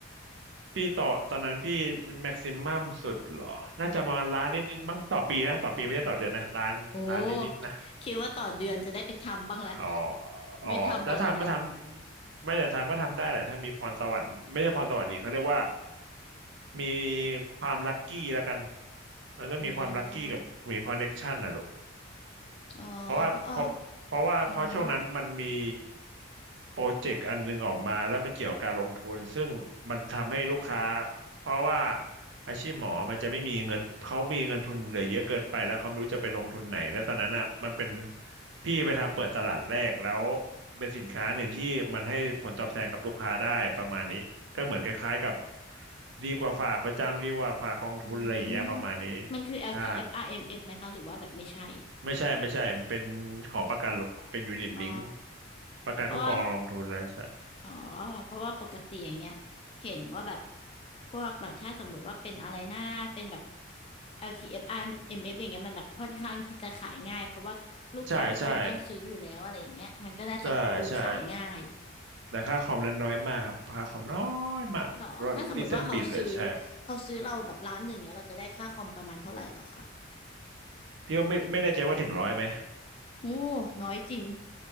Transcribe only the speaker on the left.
โอ้คิดว่าต่อเดือนจะได้ไปทำบ้างแล้ว
ไม่ทำอะไรแล้ว
อืมอ๋อเพราะออ
อือหือ
อืมมันคือ LTF
RMF ไหมคะหรือว่าแบบไม่ใช่
อ๋อ
เพราะว่า อ๋อเพราะว่าปกติอย่างเงี้ยเห็นว่าแบบพวกแบบถ้าสมมุติว่าเป็นอะไรหน้าเป็นแบบ LTF RMF อฟอาร์เอ็มเอฟอย่างเงี้ยมันแบบค่อนข้างที่จะขายง่ายเพราะว่าลูกค้าทุกคนต้องซื้ออยู่แล้วอะไรอย่างเงี้ยมันก็น่าจะแบบดูขายง่าย
หรอถ้าสมมุติว่าเขาซื้อเขาซื้อเราแบบล้านหนึ่งเงี้ยเราจะได้ค่าคอมประมาณเท่าไหร่หรอคะ
โอ้น้อยจริง